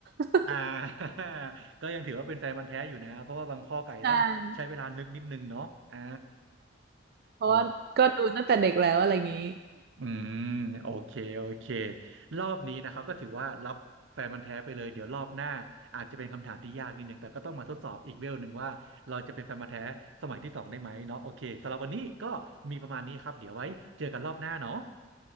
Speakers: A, on the right (about 55°); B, on the right (about 75°).
A: <laughs>
B: อ่า <laughs> ก็ยังถือว่าเป็นแฟนมันธุ์แท้อยู่นะเพราะว่าบางข้อไก่ต้องใช้เวลานึกนิดนึงเนาะอ่า
A: ใช่เพราะว่าก็ดูตั้งแต่เด็กแล้วอะไรอย่างนี้
B: โอ อืมโอเคโอเครอบนี้นะครับก็ถือว่ารับแฟนมันธุ์แท้ไปเลยเดี๋ยวรอบหน้าอาจจะเป็นคำถามที่ยากนิดหนึ่งแต่ก็ต้องมาทดสอบอีกเวลหนึ่งว่าเราจะเป็นแฟนมันธุ์แท้สมัยที่สองได้ไหมเนาะโอเคสำหรับวันนี้ก็มีประมาณนี้ครับเดี๋ยวไว้เจอกันรอบหน้าเนาะ